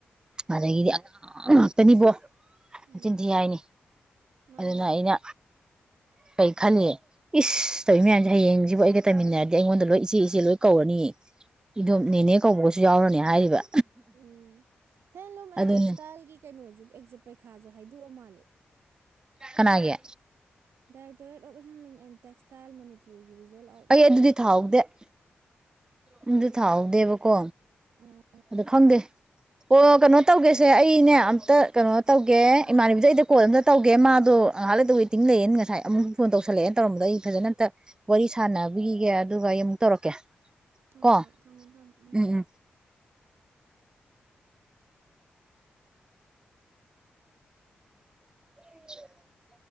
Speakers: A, on the right; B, on the right.
A: ꯑꯗꯒꯤꯗꯤ ꯑꯉꯥꯡ ꯉꯥꯛꯇꯅꯤꯕꯣ
B: ꯎꯝ
A: ꯆꯤꯟ ꯊꯤꯌꯦ ꯍꯥꯌꯅꯤ
B: ꯃꯥꯅꯦ
A: ꯑꯗꯨꯅꯥ ꯑꯩꯅꯥ꯫ ꯀꯦꯏ ꯈꯟꯅꯤ꯫ ꯏꯁ ꯇꯧꯏ ꯃꯌꯥꯝꯁꯦ ꯍꯌꯦꯡꯁꯤꯕꯨ ꯑꯩꯒ ꯇꯃꯤꯟꯅꯔꯦ ꯏꯌꯣꯟꯗꯥ ꯂꯣꯏ ꯑꯦꯆꯦ ꯑꯦꯆꯦ ꯂꯣꯏ ꯀ꯭ꯕꯔꯥꯅꯤ꯫ ꯏꯗꯣꯝ ꯅꯦꯅꯦ ꯀꯧꯕꯒꯁꯨ ꯌꯥꯎꯔꯅꯤ ꯍꯥꯏꯔꯤꯕ
B: ꯎꯝ ꯍꯦꯟꯂꯨꯝ ꯑꯦꯟ
A: ꯑꯗꯨꯅꯤ
B: ꯇꯦꯛꯁꯇꯥꯏꯜꯒꯤ ꯀꯩꯅꯣꯁꯨ ꯑꯦꯛꯖꯦ ꯄꯩꯈꯥꯁꯨ ꯍꯥꯏꯗꯣꯔꯥꯕꯥ ꯑꯦꯝ. ꯑꯦꯜ. ꯑꯦꯜ. ꯏ
A: ꯀꯅꯥꯒꯤ꯫
B: ꯔ ꯇꯔꯦ ꯇꯣꯞ ꯍꯦꯟꯂꯨꯝ ꯑꯦꯟ ꯇꯦꯛꯁꯇꯥꯏꯜ ꯃꯅꯤꯄꯨꯔꯒꯤ ꯔꯤꯖꯜ ꯑꯥꯎꯠ
A: ꯑꯩ
B: ꯑꯣꯏꯔꯦ
A: ꯑꯗꯨꯗꯤ ꯊꯥꯍ꯭ꯑꯣꯗꯦ꯫ <inaudible> ꯎꯝ ꯑꯗꯨ ꯊꯥꯍ꯭ꯑꯣꯗꯦ ꯕꯥ ꯀꯣ꯫
B: ꯑꯣ
A: ꯑꯗꯨ ꯈꯪꯗꯦ ꯑꯣ ꯀꯩꯅꯣ ꯇꯧꯒꯦꯁꯦ ꯑꯩꯅꯦ ꯑꯝꯇ ꯀꯩꯅꯣ ꯇꯧꯒꯦ
B: ꯎꯝ
A: ꯏꯃꯥꯟꯅꯕꯕꯤꯁꯦ ꯑꯩꯗ ꯀꯣꯜ ꯑꯃꯝ ꯆ ꯇ꯭꯭ꯒꯦ ꯃꯥ ꯑꯗ ꯑꯉꯍꯂꯗ ꯍꯣꯏ ꯇꯤꯡ ꯂꯩꯌꯦꯟ ꯉꯥꯏꯨ ꯐꯣꯟ ꯇꯧ ꯇꯧꯁꯜꯂꯛꯑꯦꯅ ꯇꯧꯔꯝꯕꯗ ꯑꯩ ꯐꯖꯅ ꯑ ꯋꯥꯔꯤ ꯁꯥꯟꯅꯕꯤꯈꯤꯒꯦ ꯑꯗꯨꯒ ꯑꯩ ꯑꯃꯨꯛ ꯇꯧꯔꯛꯀꯦ
B: ꯍꯣꯏ
A: ꯀꯣ
B: ꯍꯣꯏ ꯊꯝꯃꯣ ꯊꯝꯃꯣ
A: ꯎꯝ ꯎꯝ <inaudible>